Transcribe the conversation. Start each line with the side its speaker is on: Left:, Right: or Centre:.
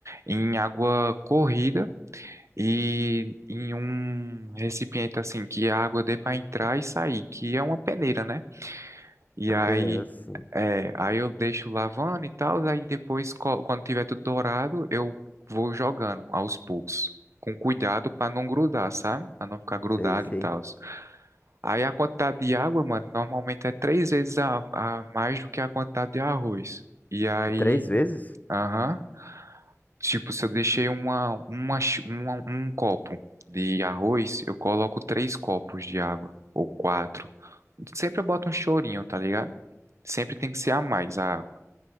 Right: em água corrida e em um recipiente assim que a água dê para entrar e sair, que é uma peneira, né? E
Left: Uma
Right: aí
Left: peneira, assim.
Right: é, aí eu deixo lavando e tal, aí depois co- quando tiver tudo dourado, eu vou jogando aos poucos. Com cuidado para não grudar, sabe? Para não ficar grudado
Left: Sei, sei.
Right: e tal. Aí a quantidade de água, mano, normalmente é três vezes a, a mais do que a quantidade de arroz. E aí,
Left: Três vezes?
Right: aham. Tipo, se eu deixei uma, uma, chi- uma- um copo de arroz, eu coloco três copos de água, ou quatro. Sempre eu boto um chorinho, tá ligado? Sempre tem que ser a mais a água.